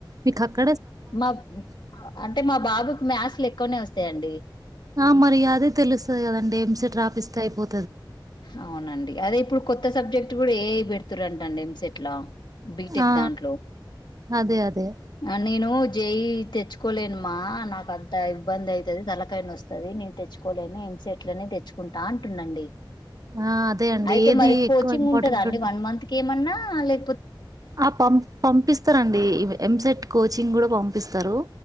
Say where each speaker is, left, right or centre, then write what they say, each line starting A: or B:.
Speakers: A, on the right; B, on the left.
A: మీకక్క.
B: మా బ్ అంటే మా బాబుకు మ్యాస్ లెక్కువనే వస్తాయండి.
A: ఆ మరి అదే తెలుస్తది కదండి ఎంసెట్ రాపిస్తే అయిపో.
B: అవునండి అదే ఇప్పుడు కొత్త సబ్జెక్ట్ కూడా ఏ పెడుతురంటండి ఎంసెట్లో బీటెక్
A: ఆ
B: దాంట్లో
A: అదే అదే
B: ఆ నేను జే ఈ తెచ్చుకోలేను. మా నాకు అంత ఇబ్బంది అయితది తలకాయనస్తది. నస్తది నేను తెచ్చుకోలేని ఏంసెట్లనే తెచ్చుకుంటా అంటుదండి.
A: ఆ అదే అండి
B: అయితే
A: ఏది
B: మరి కోచింగ్
A: ఎక్కువ ఇంపార్టెంట్
B: ఉంటదా అండి
A: ఉంటే
B: వన్ మంత్ కి ఏమన్నా. ఆ లే
A: ఆ పం పంపిస్తారండి ఎంసెట్ కోచింగ్ కూడా పంపి ప్పిస్తరు.